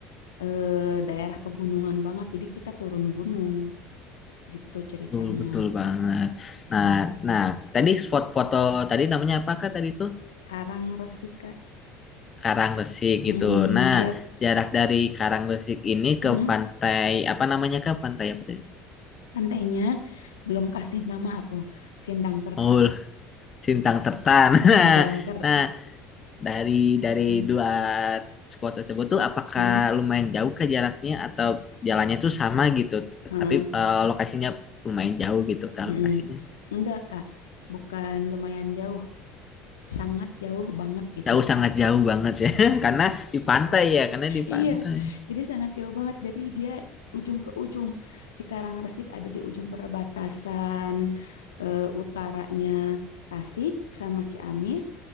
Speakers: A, on the left (about 80°); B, on the left (about 35°).
A: eh, daerah pegunungan banget, jadi kita turun gunung gitu ceritanya.
B: betul, betul banget. Nah, nah, tadi spot foto tadi namanya apakah tadi itu?
A: Karang Resi, Kak.
B: Karangresik
A: Mm,
B: gitu. Nah,
A: dia
B: jarak dari Karangresik ini
A: mm,
B: ke pantai apa namanya kak? Pantai apa?
A: pantainya belum kasih nama aku, Sindangkerta.
B: Oh, Sintang Tertan. <laughs>
A: Sindangkerta.
B: Nah, dari dari
A: Heeh.
B: dua spot tersebut tuh apakah
A: Mm,
B: lumayan jauh ke jaraknya atau jalannya tuh sama gitu,
A: heeh,
B: tapi eh, lokasinya lumayan jauh gitu kan
A: mm.
B: lokasinya.
A: Enggak, Kak. Bukan lumayan jauh, sangat jauh banget gitu.
B: Jauh sangat jauh banget ya, <laughs> karena di pantai ya, karena di
A: Iya,
B: pantai.
A: jadi sangat jauh banget. Jadi dia ujung ke ujung. Si Resik ada di ujung perbatasan eh, utaranya Tasik sama Ciamis.